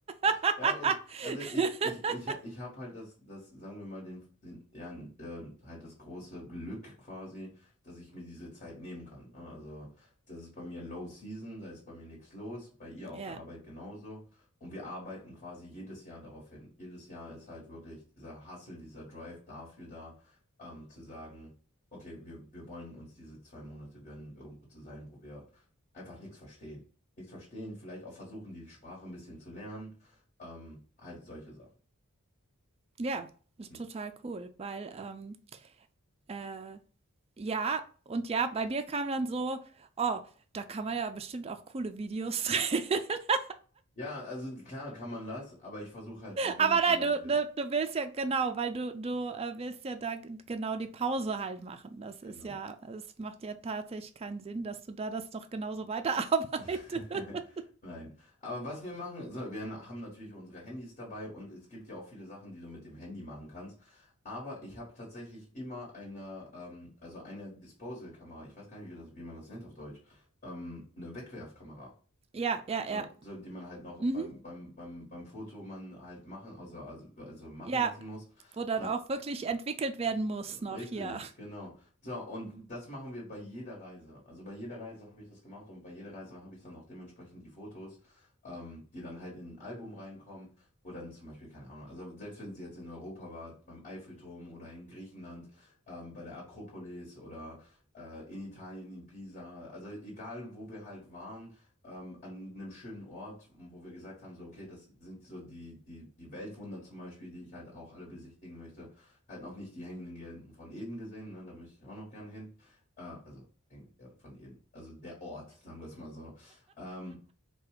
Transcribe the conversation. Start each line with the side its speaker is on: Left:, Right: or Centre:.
Right: <laughs>
Left: <laughs> ja es, also ich, ich, ich, ich habe halt das, das, sagen wir mal, den, den, ja, äh, halt das große Glück quasi, dass ich mir diese Zeit nehmen kann. Ne? Also das ist bei mir Low Season, da ist bei mir nichts los, bei ihr auf
Right: Ja.
Left: der Arbeit genauso. Und wir arbeiten quasi jedes Jahr darauf hin. Jedes Jahr ist halt wirklich dieser Hustle, dieser Drive dafür da, ähm, zu sagen, okay, wir, wir wollen uns diese zwei Monate gönnen, irgendwo zu sein, wo wir einfach nichts verstehen nichts verstehen, vielleicht auch versuchen, die Sprache ein bisschen zu lernen, ähm, halt solche Sachen.
Right: Ja, ist
Left: Hm.
Right: total cool, weil, ähm Äh, ja, und ja, bei mir kam dann so: „Oh, da kann man ja bestimmt auch coole Videos drehen.“ <laughs>
Left: Ja, also klar kann man das, aber ich versuche halt so wenig
Right: Aber nein,
Left: wie möglich.
Right: du ne, du willst ja genau, weil du du, äh, willst ja da g genau die Pause halt machen. Das
Left: Genau.
Right: ist ja es macht ja tatsächlich keinen Sinn, dass du da das noch genauso weiterarbeitest.
Left: <laughs>
Right: <laughs>
Left: Nein. Aber was wir machen, so, wir haben natürlich unsere Handys dabei und es gibt ja auch viele Sachen, die du mit dem Handy machen kannst. Aber ich habe tatsächlich immer eine, ähm, also eine Disposal-Kamera. Ich weiß gar nicht, wie das, wie man das nennt auf Deutsch. Ähm, eine Wegwerfkamera.
Right: Ja, ja,
Left: So,
Right: ja.
Left: so, die man halt noch
Right: Mhm.
Left: beim, beim, beim, beim Foto man halt machen, also, also, also machen
Right: Ja,
Left: lassen muss.
Right: wo dann
Left: Äh,
Right: auch wirklich entwickelt werden muss noch
Left: Richtig,
Right: hier.
Left: genau. So, und das machen wir bei jeder Reise. Also bei jeder Reise habe ich das gemacht und bei jeder Reise habe ich dann auch dementsprechend die Fotos, ähm, die dann halt in ein Album reinkommen, wo dann zum Beispiel, keine Ahnung, also selbst wenn sie jetzt in Europa war, beim Eiffelturm oder in Griechenland, ähm, bei der Akropolis oder äh, in Italien, in Pisa, also egal wo wir halt waren, ähm, an einem schönen Ort, wo wir gesagt haben, so, okay, das sind so die, die, die Weltwunder zum Beispiel, die ich halt auch alle besichtigen möchte. Halt noch nicht die hängenden Gärten von Eden gesehen, ne? Da möchte ich auch noch gerne hin. Äh, also hängenden Gärten von Eden. Also der Ort, sagen wir es mal so. Ähm,